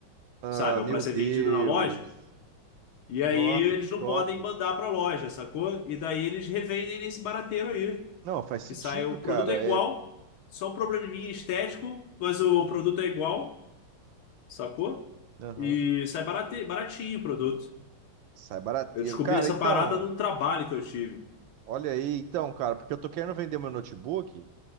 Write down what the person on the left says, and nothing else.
sabe? Ou
pra ser
vendido na loja. E aí
eles
não podem mandar pra loja, sacou? E daí eles revendem nesse barateiro aí.
Que sai o
produto é igual,
só um probleminha estético, mas o produto é igual, sacou?
E sai barate, baratinho o produto.
Eu descobri
essa
parada num trabalho que eu tive.